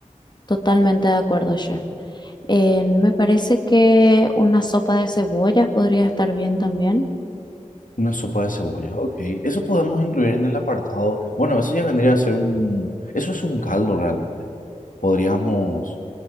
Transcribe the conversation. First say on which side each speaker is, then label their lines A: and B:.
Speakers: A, on the left; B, on the left.
A: totalmente de acuerdo, chef. Eh, me parece que una sopa de cebollas podría estar bien también.
B: Una sopa de cebolla, ok. Eso podemos incluir en el apartado. Bueno, eso ya vendría a ser un. Eso es un caldo realmente. Podríamos,